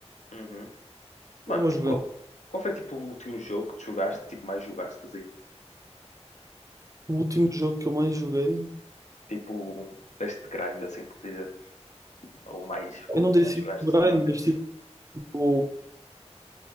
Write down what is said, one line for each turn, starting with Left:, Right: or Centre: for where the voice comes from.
Left: Uhum. Mano,
Right: Vou
Left: tipo,
Right: jogando.
Left: qual, qual foi tipo o último jogo que tu jogaste, tipo, mais jogaste, assim?
Right: O último jogo que eu mais joguei,
Left: Tipo, deste grind, assim, por dizer. Ou mais, ou
Right: eu não
Left: que
Right: dei
Left: mais
Right: assim
Left: jogaste
Right: muito
Left: ultimamente.
Right: grind, mas tipo,